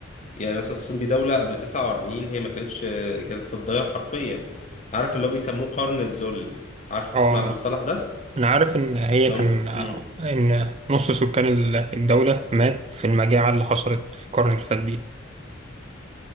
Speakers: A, on the left (about 35°); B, on the right (about 30°).
A: يعني مثلا الصين دي دولة قبل 49 هي ما كانتش كانت في الضياع حرفيا عارف اللي هو بيسموه قرن الذل عارف
B: آه
A: تسمع المصطلح ده
B: أنا عارف إن هي
A: اللي
B: كان
A: هو مم.
B: إن نص سكان ال- الدولة مات في المجاعة اللي حصلت في القرن اللي فات دي